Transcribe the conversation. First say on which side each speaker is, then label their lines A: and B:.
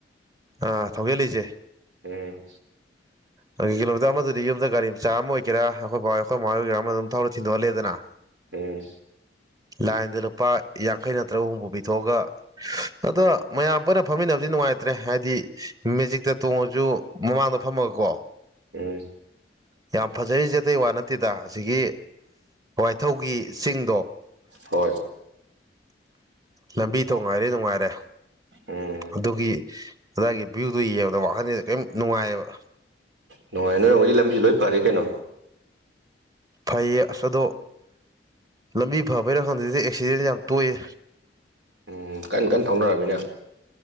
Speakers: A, on the right; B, on the right.
A: ꯑ ꯊꯧꯒꯤꯜꯂꯤꯖꯦ
B: ꯎꯝ
A: ꯑ ꯀꯤꯂꯣꯃꯤꯇꯔ ꯑꯃꯗꯨꯗꯤ ꯌꯨꯝꯗ ꯒꯥꯔꯤ ꯃꯆꯥ ꯑꯃ ꯑꯣꯏꯒꯦꯔꯥ ꯑꯩꯈꯣꯏ ꯕꯥꯍꯣꯏ ꯑꯩꯈꯣꯏ ꯃꯥꯍꯣꯏ ꯑꯣꯏꯒꯦꯔꯥ ꯑꯃ ꯑꯗꯨꯝ ꯊꯧꯔꯥ ꯊꯤꯟꯗꯣꯛꯍꯜꯂꯦꯗꯅ
B: ꯎꯝ
A: ꯂꯥꯏꯟꯗ ꯂꯨꯄꯥ ꯌꯥꯡꯈꯩ ꯅꯠꯇ꯭ꯔꯒ ꯍꯨꯝꯐꯨ ꯄꯤꯊꯣꯛꯑꯒ ꯑꯗꯣ ꯃꯌꯥꯝ ꯄꯨꯟꯅ ꯐꯝꯃꯤꯟꯅꯕꯗꯤ ꯅꯨꯡꯉꯥꯏꯇ꯭ꯔꯦ ꯍꯥꯏꯗꯤ ꯃꯦꯖꯤꯛꯇ ꯇꯣꯡꯉꯖꯨ ꯃꯃꯥꯡꯗ ꯐꯝꯃꯒꯀꯣ
B: ꯎꯝ
A: ꯌꯥꯝ ꯐꯖꯔꯤꯖꯦ ꯑꯇꯩ ꯋꯥ ꯅꯠꯇꯦꯗ ꯑꯁꯤꯒꯤ ꯊꯧꯒꯤ ꯆꯤꯡꯗꯣ
B: ꯍꯣꯏ
A: ꯂꯝꯕꯤ ꯊꯣꯡ ꯍꯥꯏꯔꯦ ꯅꯨꯡꯉꯥꯏꯔꯦ
B: ꯎꯝ
A: ꯑꯗꯨꯒꯤ ꯑꯗꯥꯏꯒꯤ ꯚ꯭ꯌꯨꯗꯣ ꯌꯦꯡꯕꯗ ꯋꯥꯈꯜꯖꯦ ꯀꯩꯝ ꯅꯨꯡꯉꯥꯏꯑꯕ
B: ꯅꯨꯡꯉꯥꯏ ꯅꯣꯏꯍꯣꯏꯒꯤ ꯂꯝꯕꯤ ꯂꯣꯏ ꯐꯔꯦ ꯀꯩꯅꯣ
A: ꯐꯩꯌꯦ ꯑꯁ ꯑꯗꯣ ꯂꯝꯕꯤ ꯐꯕꯩꯔꯥ ꯈꯪꯗꯦ ꯑꯦꯛꯁꯤꯗꯦꯟ ꯌꯥꯝ ꯇꯣꯏꯌꯦ
B: ꯎꯝ ꯀꯟ ꯀꯟ ꯊꯧꯅꯔꯝꯅꯤꯅ